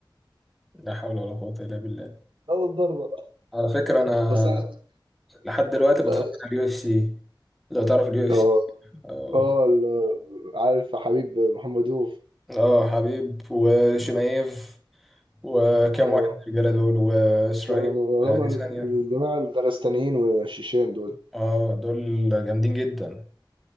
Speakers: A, in the centre; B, on the right.
A: لا حول ولا قوه الا بالله
B: اول ضربه
A: على فكره انا
B: بس انا
A: لحد دلوقتي بتفرج
B: آه،
A: على اليو اف سي لو تعرف اليو اف
B: آه.
A: سي اه
B: اه ال- عارف حبيب محمدوف
A: آه، حبيب وشمايف وكام
B: اه
A: واحد من الرجاله دول واسرائيل
B: اسلام منو اللي هم
A: ثانيه
B: الجماعة الدغستانيين والشيشان دول
A: اه دول جامدين جدا